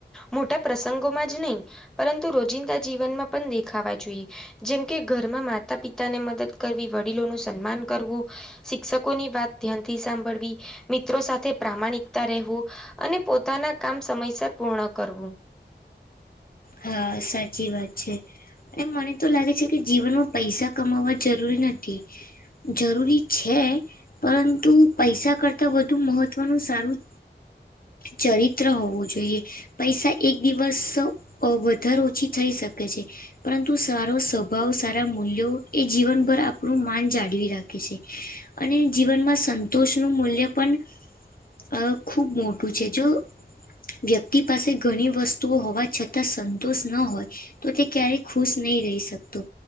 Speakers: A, in the centre; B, on the left.
A: મોટા પ્રસંગોમાં જ નય, પરંતુ રોજિંદા જીવનમાં પણ દેખાવા જોઈએ. જેમ કે ઘરમાં માતા, પિતાને મદદ કરવી વડીલોનું સન્માન કરવું. શિક્ષકોની વાત ધ્યાનથી સાંભળવી, મિત્રો સાથે પ્રામાણિકતા રેહવુ, અને પોતાના કામ સમયસર પૂર્ણ કરવું.
B: હા, સાચી વાત છે. એમ મને તો લાગે છે કે જીવનમાં પૈસા કમાવા જરૂરી નથી‌ જરૂરી છે. પરંતુ પૈસા કરતા વધુ મહત્વનું સારું ચરિત્ર હોવું જોઈએ, પૈસા એક દિવસ અ વધાર ઓછી થઈ શકે છે. પરંતુ સારો સ્વભાવ, સારા મૂલ્યો એ જીવનભર આપળુ માન જાળવી રાખે છે. અને જીવનમાં સંતોષનું મૂલ્ય પણ આ ખૂબ મોટું છે, જો વ્યક્તિ પાસે ઘણી વસ્તુ હોવા <inaudible> તાં સંતુષ ન હોય તો તે ક્યારેય ખુશ નય રેય શકતું